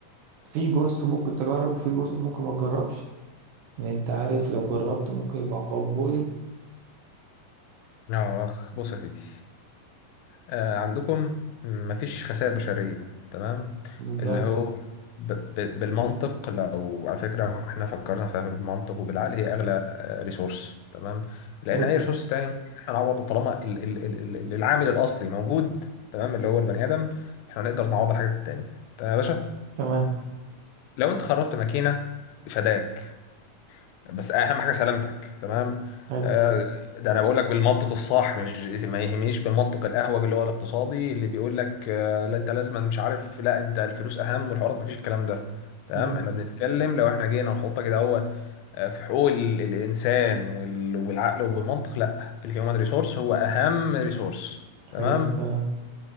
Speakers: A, on the right (about 75°); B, on the left (about 85°).
A: في جزء ممكن تجرب وفي جزء ممكن ما تجربش يعني انت عارف لو جربت ممكن يبقى حواجبه ايه
B: اخ بص يا سيدي آه عندكم مفيش خسائر بشرية تمام
A: بالظبط
B: اللي هو ب ب بالمنطق لو على فكرة لو احنا فكرنا فيها بالمنطق وبالعقل هي اغلى ريسورس تمام لان
A: حلو
B: اي ريسورس تاني ممكن احنا نعوضه طالما ال ال ال ال العامل الاصلي موجود تمام اللي هو البني ادم احنا نقدر نعوض الحاجات التانية تمام يا باشا
A: تمام
B: لو انت خربت ماكينة فداك بس اهم حاجه سلامتك تمام
A: حلو
B: آه، ده انا بقول لك بالمنطق الصح مش ما يهمنيش بالمنطق الاهوج اللي هو الاقتصادي اللي بيقول لك آه، لا انت لازما مش عارف لا انت الفلوس اهم والحوارات ما فيش الكلام ده تمام
A: ده
B: احنا بنتكلم لو احنا جينا نحط كده اهوت آه، في حقوق ال- الانسان وال- وبالعقل وبالمنطق لا الهيومن ريسورس هو اهم ريسورس تمام
A: حلو كلام